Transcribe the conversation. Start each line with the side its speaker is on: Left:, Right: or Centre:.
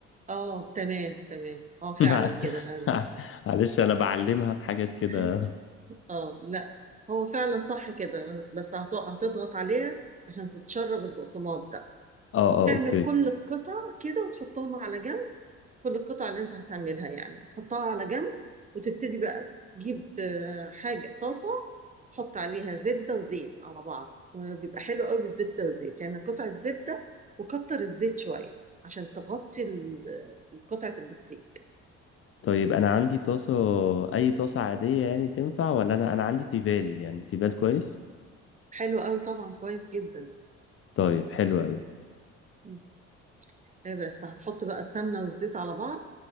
Right: اه تمام تمام اه
Left: <laughs>
Right: فعلا
Left: مع-
Right: كده هل-
Left: مع- معلش انا بعلمها في حاجات كده
Right: <laughs> اه لا هو فعلا صح كده بس هت- هتضغط عليها عشان تتشرب البقسماط ده
Left: <laughs> اه
Right: تعمل
Left: اه اوكي
Right: كل القطع كده وتحطهم على جنب كل القطع اللي انت هتعملها يعني تحطها على جنب وتبتدي بقى تجيب آه، حاجة طاسة تحط عليها زبدة وزيت على بعض وبيبقى حلو قوي بالزبدة والزيت يعني قطعة زبدة وكتر الزيت شوية عشان تغطي ال- قطعة البفتيك
Left: طيب انا عندي طاسة اي طاسة عادية يعني تنفع ولا انا انا عندي تيفال يعني تيفال كويس
Right: حلو قوي طبعا كويس جدا
Left: طيب حلو قوي
Right: م- م. إيه بس هتحط بقى السمنة والزيت على بعض